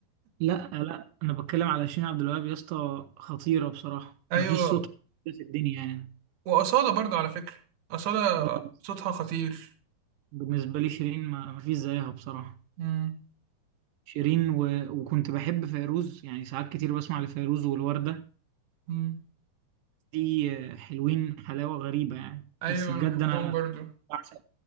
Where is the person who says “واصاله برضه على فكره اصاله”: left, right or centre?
Right